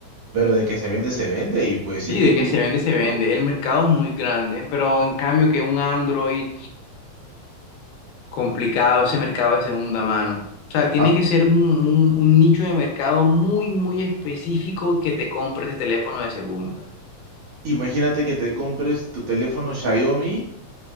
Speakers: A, on the right; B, on the left.
A: pero de que se vende, se vende, y pues si
B: Sí,
A: es que
B: de
A: tú,
B: que se vende, se
A: ¿no?
B: vende. El mercado es muy grande, pero en cambio que un Android. complicado ese mercado de segunda mano. O sea, tiene
A: Ah,
B: que ser un, un- un nicho de mercado muy, muy específico que te compre ese teléfono de segunda.
A: imagínate que te compres tu teléfono Xiaomi